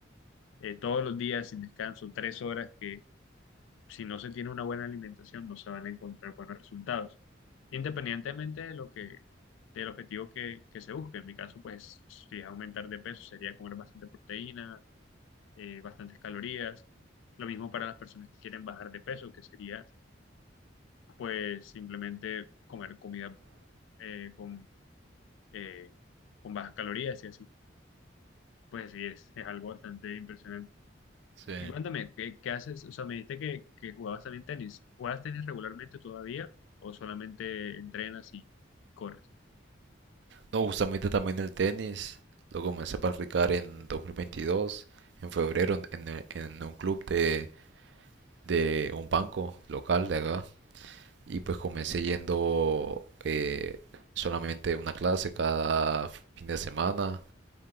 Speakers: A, on the left; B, on the right.
A: eh, todos los días sin descanso, tres horas que si no se tiene una buena alimentación no se van a encontrar buenos resultados, independientemente de lo que del objetivo que, que se busque. En mi caso, pues si es aumentar de peso sería comer bastante proteína, eh, bastantes calorías. Lo mismo para las personas que quieren bajar de peso, que sería pues simplemente comer comida eh, con, eh, con bajas calorías y así. Pues sí, es, es algo bastante impresionante.
B: Sí.
A: Y cuéntame, ¿qué, qué haces? O sea, me dijiste que, que jugabas también tenis. ¿Juegas tenis regularmente todavía o solamente entrenas y corres?
B: No, justamente también el tenis, lo comencé a practicar en 2022, en febrero, en, en- en un club de, de un banco local de acá. Y pues comencé yendo eh, solamente una clase cada fin de semana.